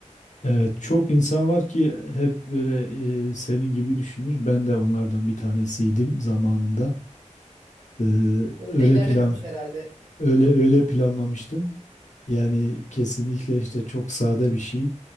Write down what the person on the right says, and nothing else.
Öyle
ilerlememiş
herhalde.